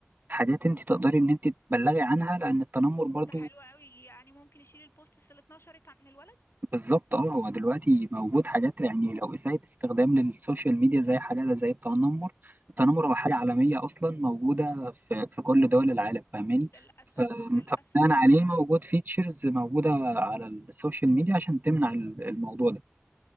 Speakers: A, on the right; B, on the left.
A: حاجات انت تقدري ان انت تبلغي عنها لان التنمر برضو
B: ده حلو قوي يعني ممكن يشيل البوستس اللي اتنشرت عن الولد
A: بالظبط اه هو دلوقتي موجود حاجات يعني لو إساءة استخدام للسوشيال ميديا زي حاجة زي التنمر التنمر هو حاجة عالمية أصلا موجودة في, في كل دول العالم فاهماني
B: للاسف
A: ف-
B: للاسف
A: فبناء عليه
B: فعلا
A: موجود فيتشرز موجودة على السوشيال ميديا عشان تمنع ال- الموضوع ده